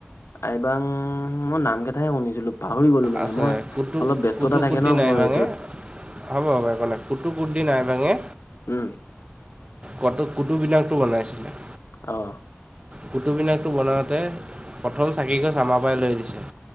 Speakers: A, on the left; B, on the right.
A: আইবক! মই নাম কেইটাহে, শুনিছিলোঁ। পাহৰি গ'লোঁ মানে।
B: আছে
A: মই,
B: কুটু
A: অলপ ব্যস্ততা
B: কুটুকুদ্দিন
A: থাকে, ন'! মোৰ
B: আইবাঙে
A: এইটোত।
B: হ'ব, হ'ব, একো নাই। কুতুবউদ্দিন আইবকে
A: উম
B: কটো কুটুবমিনাৰটো বনাইছিলে।
A: অ'।
B: কুতুবমিনাৰটো বনাওঁতে, প্ৰথম চাকি গছ আমাৰ পৰাই লৈ দিছে।